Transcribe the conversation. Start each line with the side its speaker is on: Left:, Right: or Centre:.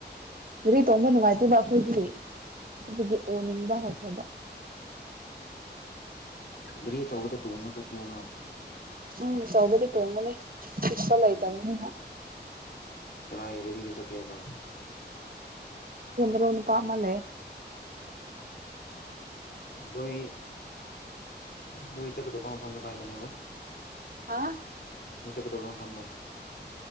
Right: ꯔꯤ ꯇꯣꯡꯕ ꯅꯨꯡꯉꯥꯏꯇꯦꯕ ꯑꯩꯈꯣꯏꯒꯤ ꯑꯗꯨꯒꯤ ꯑꯣꯅꯤꯡꯕ ꯍꯧ ꯍꯧꯕ
Left: ꯒꯥꯔꯤ ꯑꯆꯧꯕꯗ ꯇꯣꯡꯉ ꯆꯠꯀꯦ ꯍꯥꯢꯕ
Right: ꯎꯝ ꯑꯆꯧꯕꯗ ꯇꯣꯡꯒꯅꯦ ꯄꯤꯛꯄ ꯂꯩꯇꯕꯅꯤꯅ
Left: ꯑꯣ ꯀꯅꯥꯒꯤ ꯒꯥꯔꯤꯗ ꯆꯠꯀꯦ ꯍꯥꯢꯕ꯭ꯔꯣ
Right: ꯏꯅꯥꯎ ꯅꯨꯄꯥ ꯑꯃ ꯂꯩꯌꯦ
Left: ꯅꯣꯏ ꯅꯣꯏ ꯆꯠꯀꯗꯕ ꯃꯐꯝꯗꯣ ꯀꯥꯏꯗꯅꯦꯕ
Right: ꯍꯥ
Left: ꯅꯣꯢ ꯆꯠꯀꯗꯕ ꯃꯐꯝꯗꯣ